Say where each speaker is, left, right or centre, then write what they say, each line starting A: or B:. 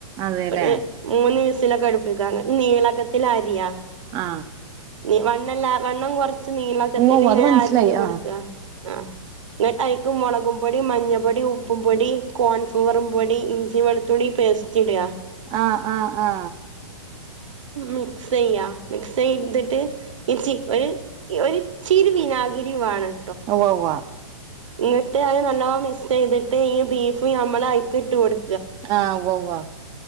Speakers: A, on the right; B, on the right.
A: അതെല്ലേ
B: ഒര് മൂന്ന് വിസ് ലൊക്കെ അടുപ്പിക്കാന് നീളക്കത്തിൽ അരിയാ
A: ആ
B: നി വണ്ണല്ല വണ്ണം കൊർച്ച് നീള ക്കത്തിനിങ്ങനെ
A: ഉവ്വ ഉവ്വ അത് മനസ്സിലായി
B: അര്ഞ്ഞ് കൊട്ക്ക
A: ആഹ്
B: ആ ഇങ്ങട്ട്യ്ക്ക് മുളകും പൊടിം മഞ്ഞപ്പൊടിം ഉപ്പുംപൊടിം കോൺഫ്ലുവറും പൊടി ഇഞ്ചി വെള തുള്ളി പേസ്റ്റിട
A: ആ ആ ആ
B: മിക്സ് ചെയ്യ മിക്സെയ്തിട്ട് ഇ ച്ചി ഒര് ഒര് ച്ചിരി വിനാഗിരിയു വാണം
A: ഒവ്വാ ഒവ്വാ
B: ഇന്നിട്ട് അഹ് നല്ലോ മിസ്സ് ചെയ്തിട്ട് ഈ ബീഫ് നമ്മളയ്ക്കിട്ട് കൊട്
A: ആഹ് ഉവ്വാ വാ